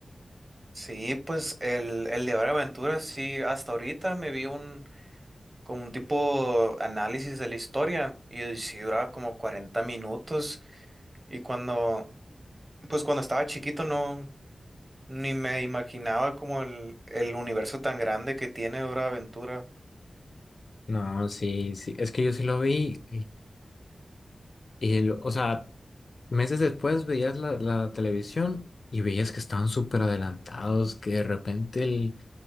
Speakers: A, on the right; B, on the left.
A: Sí, pues el, el de Hora de Aventura sí, hasta ahorita me vi un como un tipo análisis de la historia y sí duraba como 40 minutos y cuando, pues cuando estaba chiquito no, ni me imaginaba como el, el universo tan grande que tiene Hora de Aventura.
B: No, sí, sí, es que yo sí lo vi Y, lo- o sea, meses después veías la, la televisión y veías que estaban súper adelantados, que de repente el...